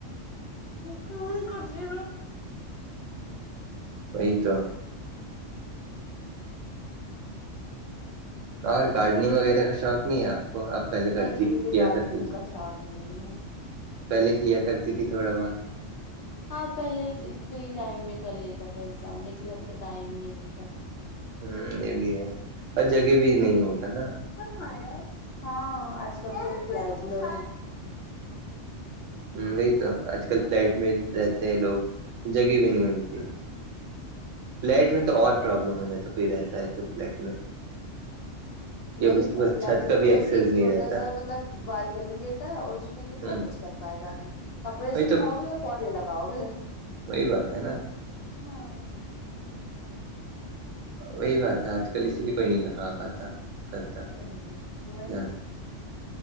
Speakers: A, on the left; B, on the right.
A: کون کرج ہ
B: وہی تو اور گارڈننگ وغیرہ کا شوق نہیں ہے آپ کو آپ پہلے کرتی
A: نہیں مجھے
B: کیا
A: گارڈننگ
B: کرتی تھی
A: کا شوق نہیں ہے
B: پہلے کیا کرتی تھی تھوڑا بہت
A: ہاں پہلے فری ٹائم میں کر لیتا تھا انسان لیکن اب تو ٹائم ہی نہیں ملتا
B: ہ یہ بھی ہے اور جگہ بھی نہیں ہوگا نا
A: کھیا ہاں آج کل تو فٹ میں
B: وہی تو آج کل فلیٹ میں رہتے ہیں لوگ جگہ بھی نہیں ملتی فلیٹ میں تو اور پرابلم ہو جاتا کوئی رہتا ہے تو فلیٹ میں جب
A: وہی
B: اس کے
A: نا
B: پاس
A: فلیٹ
B: چھت
A: میں
B: کا بھی
A: تو
B: ایکسیس
A: بس ایک
B: نہیں
A: چھوٹا
B: رہتا
A: سا مطلب بالکنی دیتا ہے اور اس میں کتنا
B: ہوں
A: کچھ کر پائے گا آدمی کپڑے
B: وہی
A: سکھاؤ
B: تو
A: گے پودے لگاؤ گے
B: وہی بات ہے نا
A: ہاں
B: وہی بات ہے آج کل اسی لیے کوئی نہیں لگا پاتا کرتا
A: وہی نا
B: زیادہ